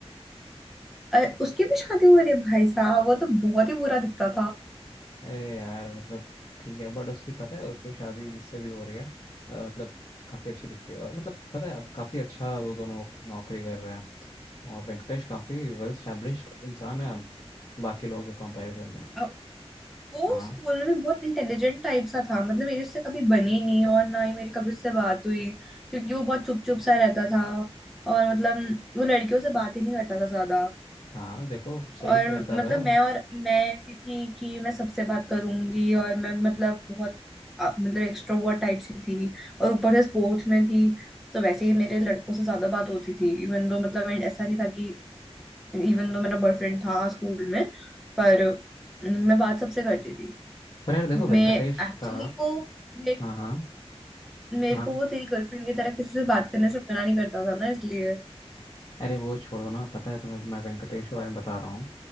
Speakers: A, in the centre; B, on the left.
A: अ, उसकी भी शादी हो रही है भाई साहब वो तो बहुत ही बुरा दिखता
B: अरे यार मतलब ठीक है बट उसकी पता है उसकी शादी जिससे भी हो रही है अ, मतलब काफ़ी अच्छी दिखती है और मतलब पता है अब काफ़ी अच्छा वो दोनों नौकरी कर रहे हैं और वेंकटेश काफ़ी वेल स्टैब्लिश्ड इंसान है अब बाकी लोगों के कंपैरिजन में
A: था वो
B: हाँ
A: स्कूल में बहुत इंटेलिजेंट टाइप सा था मतलब मेरे उससे कभी बनी नहीं और ना ही मेरी कभी उससे बात हुई क्योंकि वो बहुत चुप चुप सा रहता था और मतलब वो लड़कियों से बात ही नहीं करता था ज्यादा
B: हाँ देखो सही
A: और
B: करता
A: मतलब
B: था
A: मैं और मैं ऐसी थी कि मैं सबसे बात करूंगी और मैं मतलब बहुत अ, मतलब एक्सट्रोवर्ट टाइप सी थी और ऊपर से स्पोर्ट्स में थी तो वैसे ही मेरे लड़कों से ज्यादा बात होती थी इवन दो मतलब ऐसा नहीं था कि इवन दो मेरा बॉयफ्रेंड था स्कूल में पर मैं बात सबसे करती थी
B: पर यार देखो
A: मैं
B: वेंकटेश
A: एक्चुअली
B: का
A: को मेरे
B: हाँ
A: को
B: हाँ
A: मेरे
B: हाँ
A: को वो तेरी गर्लफ्रेंड की तरह किसी से बात करने से मना नहीं करता था ना इसलिए
B: अरे वो छोड़ो ना पता है तुम्हें मैं वेंकटेश के बारे में बता रहा हूँ